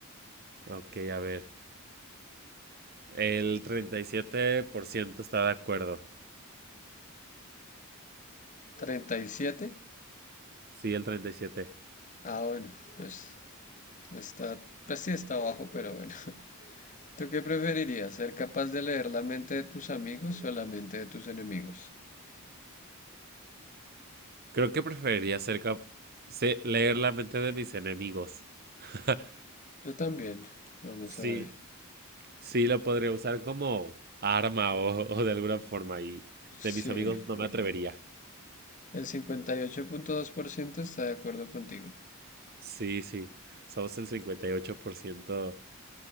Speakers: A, on the right; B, on the left.
A: Ok, a ver. El 37% está de acuerdo.
B: 37.
A: Sí, el treinta y siete
B: Ah, bueno, pues Está, pues sí está abajo, pero bueno. <laughs> ¿Tú qué preferirías? ¿Ser capaz de leer la mente de tus amigos o la mente de tus enemigos?
A: Creo que preferiría ser cap- se- leer la mente de mis enemigos. <laughs>
B: Yo también. Vamos
A: Sí,
B: a ver.
A: sí, lo podría usar como arma o, o de alguna forma y
B: Sí.
A: de mis amigos no me atrevería.
B: El cincuenta y ocho punto dos por ciento está de acuerdo contigo.
A: Sí, sí, somos el 58%